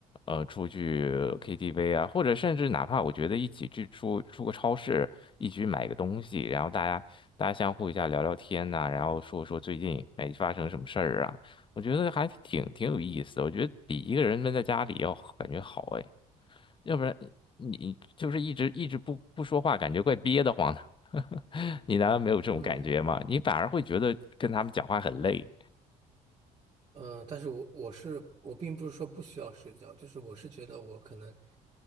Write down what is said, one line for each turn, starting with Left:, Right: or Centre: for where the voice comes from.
Left: 呃出去 KTV 啊，或者甚至哪怕我觉得一起去出出个超市，一起去买个东西，然后大家大家相互一下聊聊天呐、然后说说最近哎发生什么事儿啊。我觉得还挺挺有意思的，我觉得比一个人闷在家里要感觉好哎，要不然你就是一直一直不不说话，感觉怪憋得慌的。<laughs> 你难道没有这种感觉吗？
Right: 嗯。
Left: 你反而会觉得跟他们讲话很累。
Right: 嗯，但是我我是我并不是说不需要社交，就是我是觉得我可能